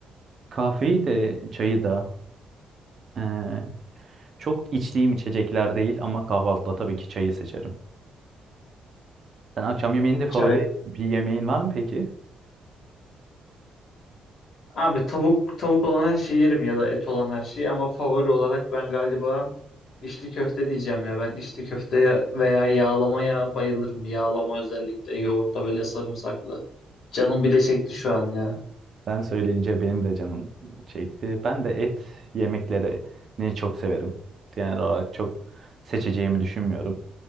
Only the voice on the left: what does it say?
Çay
Abi tavuk tavuk olan her şeyi yerim ya da et olan her şeyi ama favori olarak ben galiba içli köfte diyeceğim ya. Ben içli köfteye veya yağlamaya bayılırım. Yağlama özellikle yoğurtla böyle sarımsaklı. Canım bir de çekti şu an ya.